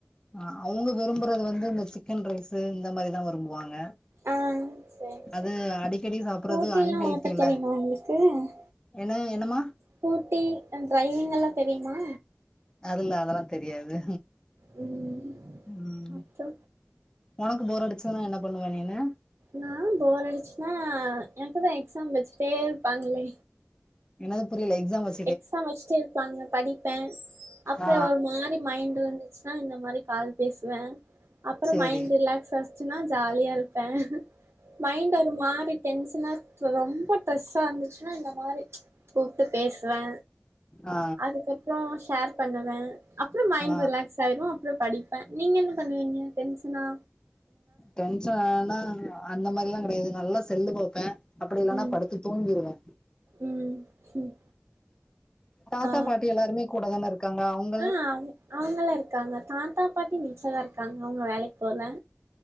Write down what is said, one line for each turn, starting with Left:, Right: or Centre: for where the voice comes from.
Left: ஆ அவுங்க விரும்புறது வந்து இந்த சிக்கன் ரைஸு இந்த மாரிதா விரும்புவாங்க
Right: ஆ சேரி
Left: அது
Right: சேரி
Left: அடிக்கடி சாப்புறது
Right: ஸ்கூட்டிலா
Left: அன்ஹெல்த்தில
Right: ஓட்ட தெரியுமா உங்களுக்கு
Left: என்ன என்னம்மா
Right: ஸ்கூட்டி ஆ ட்ரைவிங்கெல்லா தெரியுமா
Left: அதுல்ல அதெல்லா தெரியாது
Right: ம்
Left: ம்
Right: அப்றோ
Left: ஒனக்கு போர் அடிச்சா என்ன பண்ணுவே நீனு
Right: நா போர் அடிச்சுன்னா எனக்கு தா எக்ஸாம் வச்சிட்டே இருப்பாங்களே
Left: என்னது புரியல எக்ஸாம் வச்
Right: எக்ஸாம் வச்சுட்டு இருப்பாங்க படிப்ப அப்புற
Left: ஆ
Right: ஒரு மாரி மைண்ட் இருந்துச்சுன்னா இந்த மாரி கால் பேசுவ அப்புற
Left: சேரி
Right: மைண்ட் ரிலாக்ஸ் ஃபஸ்ட்டுனா ஜாலியா இருப்ப மைண்ட் ஒரு மாரி டென்ஷனா ரொம்ப ட்ரெஸ்ஸா இருந்துச்சுன்னா இந்த மாரி கூப்ட்டு பேசுவே
Left: ஆ
Right: அதுக்கப்பற ஷேர் பண்ணுவ அப்ற மைண்ட்
Left: ஆ
Right: ரிலாக்ஸ் ஆயிரு அப்ற படிப்ப நீங்க என்ன பண்ணுவீங்க டென்சனா
Left: டென்ஷன் ஆனா அந்த மாரி எல்லா கொடையாது நல்லா செல்லு பாப்ப அப்டி இல்லன்னா
Right: ம்
Left: படுத்து தூங்கிருவ
Right: ம் ம்
Left: தாத்தா
Right: ஆ
Left: பாட்டி எல்லாருமே கூட தானே இருக் காங்க அவுங்
Right: ஆ அவு அவுங்கல்லா இருக்காங்க தாத்தா பாட்டி மிஸ்‌ எல்லா இருக்காங்க அவுங்க வேலைக்கு போல